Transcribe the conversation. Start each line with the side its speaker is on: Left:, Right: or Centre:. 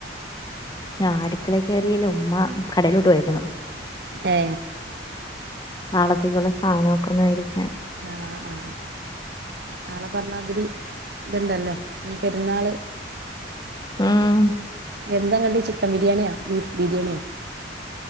Left: ആ അട്ക്കളെ കേറിയല്ലോ ഉമ്മ കടയിലോട്ട് പോയെക്ക്ന്ന്
Right: ഏ
Left: നാളത്തേക്കുള്ള സാനഒക്കെ ഒന്ന് വെടിക്കാൻ
Right: ആ ആ നാളെ പർഞ്ഞാതിരി ഇത്ണ്ടല്ലോ ഇഞ് പെര്ന്നാള്
Left: ഉം
Right: എന്താ കടി ചിക്കൻ ബിരിയാണിയാ ബീഫ് ബിരിയെണിയോ